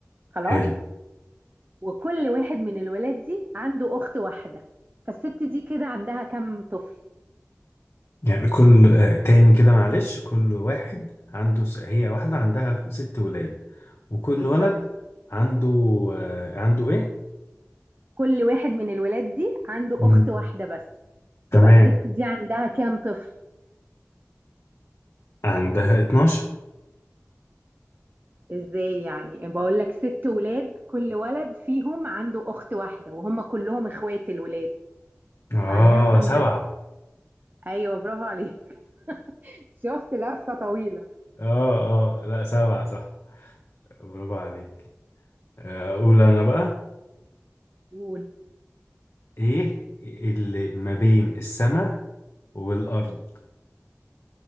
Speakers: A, on the right; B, on the left.
A: خلاص
B: حلو
A: وكل واحد من الولاد دي عنده أخت واحدة فالست دي كده عندها كم طفل
B: يعني كل آه، تاني كده معلش كل واحد عنده س... هي واحدة عندها ست ولاد وكل
A: بالظبط
B: ولد عنده آه، عنده ايه؟
A: كل واحد من الولاد دي عنده
B: مم.
A: أخت واحدة بس
B: تمام
A: تبقى الست دي عندها كام طفل
B: عندها 12
A: ازاي يعني بقول لك ست ولاد كل ولد فيهم عنده أخت واحدة وهم كلهم اخوات الولاد
B: اه
A: يبقى عندها كام
B: سبعة
A: طفل ايوه برافو عليك <laughs> شفت لفة طويلة
B: اه اه لا سبعة صح برافو عليك آه، اقول انا بقى
A: قول
B: ايه اللي ما بين السماء والارض